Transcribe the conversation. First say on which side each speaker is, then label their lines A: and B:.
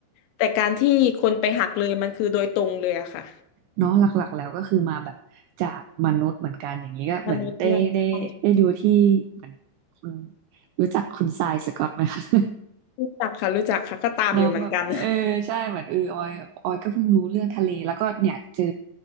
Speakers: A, on the left; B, on the right.
A: แต่การที่คนไปหักเลยมันคือโดยตรงเลยอะค่ะ
B: เนาะหลักๆแล้วก็คือมาแบบจากมนุษย์เหมือนกันอย่างนี้ก็เหมือนได้ได้ได้ดูที่เหมือนคุณ
A: มนุษย์เนี่ยใช่
B: รู้จักคุณทรายสก็อตไหมคะ <laughs>
A: รู้จักค่ะรู้จักค่ะก็ตามอยู่เหมือนกัน
B: เนาะแบบเออใช่เหมือนเออออยออยก็เพิ่งรู้เรื่องทะเลแล้วก็เนี่ยเจอ